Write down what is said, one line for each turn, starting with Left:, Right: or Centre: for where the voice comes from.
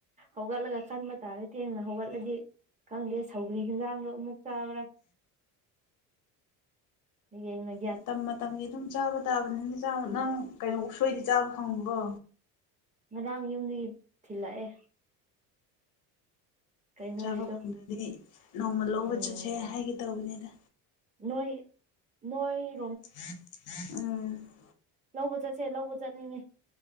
Right: ꯍꯧꯒꯠꯂꯒ ꯈꯟꯕ ꯇꯥꯔꯦ ꯊꯦꯡꯅ ꯍꯧꯒꯠꯂꯗꯤ ꯈꯪꯗꯦ ꯁꯧꯒ꯭ꯔꯤ ꯍꯟꯖꯥꯡꯗꯣ ꯑꯃꯨꯛ ꯆꯥꯕ꯭ꯔꯥ ꯌꯦꯡꯅꯩ
Left: ꯃꯇꯝ ꯃꯇꯝꯒꯤ ꯑꯗꯨꯝ ꯆꯥꯕ ꯇꯥꯕꯅꯤꯅ ꯅꯪ ꯀꯩꯅꯣ ꯎꯁꯣꯏꯗꯤ ꯆꯥꯕ ꯐꯪꯕ꯭ꯔꯣ
Right: ꯉꯔꯥꯡ ꯌꯨꯝꯗꯒꯤ ꯊꯤꯜꯂꯛꯑꯦ ꯀꯩꯅꯣꯒꯤꯗꯣ
Left: ꯆꯥꯕ ꯐꯪꯗ꯭ꯔꯗꯤ ꯅꯣꯡꯃ ꯂꯧꯕ
Right: ꯎꯝ
Left: ꯆꯠꯁꯦ ꯍꯥꯏꯒꯦ ꯇꯧꯕꯅꯤꯅ
Right: ꯅꯣꯏ ꯅꯣꯏ
Left: <unintelligible>
Right: ꯂꯧꯕ ꯆꯠꯁꯦ ꯂꯧꯕ ꯆꯠꯅꯤꯡꯉꯦ